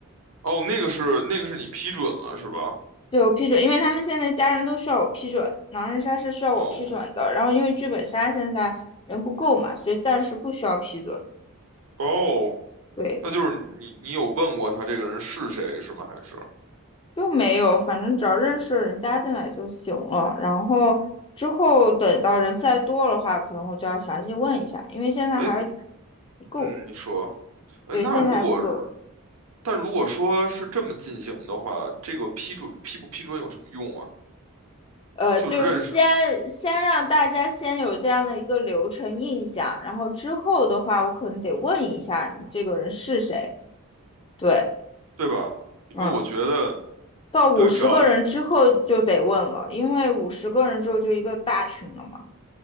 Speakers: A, on the right; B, on the left.
A: 哦，那个是那个是你批准了是吧？
B: 对，我批准，因为他们现在家人都需要我批准，狼人杀是需要我批准的。
A: 哦
B: 然后因为剧本杀现在人不够嘛，所以暂时不需要批准。
A: 哦，
B: 对，
A: 那就是你你有问过他这个人是谁是吗？还是？
B: 就没有，反正只要认识的人加进来就行了。然后之后等到人再多的话，可能我就要详细问一下，因为现在还不够。
A: 哎，嗯，你说，哎，
B: 对，
A: 那如果是
B: 现在还不够。
A: 但如果说是这么进行的话，这个批准批不批准有什么用啊？
B: 呃，
A: 就认识，
B: 就是先先让大家先有这样的一个流程印象，然后之后的话，我可能得问一下你这个人是谁。对。
A: 对吧？因为我觉得，
B: 嗯。到五十个人之后就得问了，
A: 对，只要是。
B: 因为五十个人之后就一个大群了嘛。